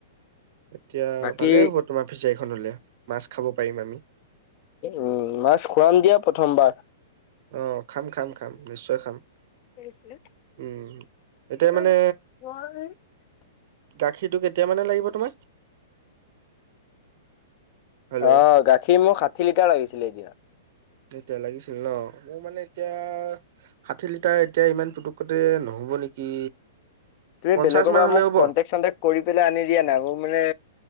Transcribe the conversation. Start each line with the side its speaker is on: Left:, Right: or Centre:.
Right: এতিয়া
Left: বাকী
Right: ভালেই হ'ব তোমাৰ ফিচাৰীখন হলে মাছ খাব পাৰিম আমি
Left: উ মাছ খুৱাম দিয়া প্ৰথমবাৰ।
Right: অ খাম খাম খাম নিশ্চয়। খাম।
Left: ছিল
Right: উম। এতিয়া
Left: ন
Right: মানে
Left: ম <unintelligible>
Right: গাখীৰটো কেতিয়া মানে লাগিব তোমাক? হেল্ল'।
Left: আহ গাখীৰ মোক ষাঠি লিটাৰ লাগিছিলে এতিয়া।
Right: এতিয়া লাগিছিল ন মোৰ মানে এতিয়া ষাঠি লিটাৰ এতিয়া ইমান পুটুকতে নহয়। নহ'ব নেকি?
Left: তুমি
Right: পঞ্চাশ
Left: বেলেগৰ
Right: মান
Left: পৰা
Right: হ'লে
Left: মোক
Right: হ'ব
Left: কটেক চটেক্ কৰি পেলাই আনি দিয়া নাই ম মানে